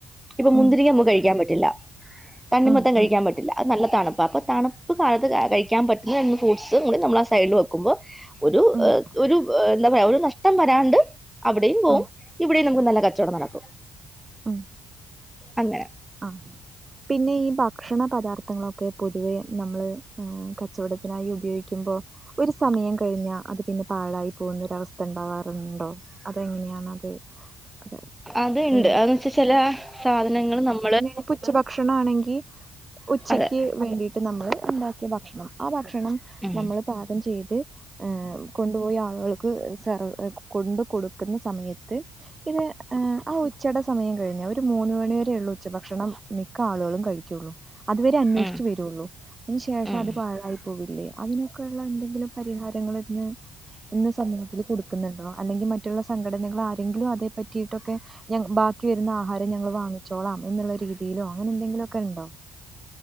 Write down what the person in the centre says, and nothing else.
ഇപ്പൊ മുന്തിരിങ്ങ
നമുക്ക് കഴിക്കാൻ പറ്റു റ്റില്ല തണ്ണിമത്തൻ
കഴിക്കാൻ
പറ്റില്ല നല്ല തണുപ്പാ അപ്പൊ തണുപ്പ് കാലത്ത് കഴിക്കാൻ പറ്റു ഈ രണ്ട് ഫ്രൂട്ട്സ് കൂടി നമ്മളാ സൈഡിൽ വെക്കുമ്പോൾ ഒരു
ഒരു ഹ് എന്താ പറയാ ഒരു നഷ്ടം വരാണ്ട് അവിടെയും പോവും
ഇവിടെയും നമുക്ക് നല്ല കച്ചവടം നടക്കും
അന്നെ
അത് ഇണ്ട്
അത് നെച്ചാ ചെല സാധനങ്ങൾ നമ്
അതെ
ഉം
ഉം
ഉം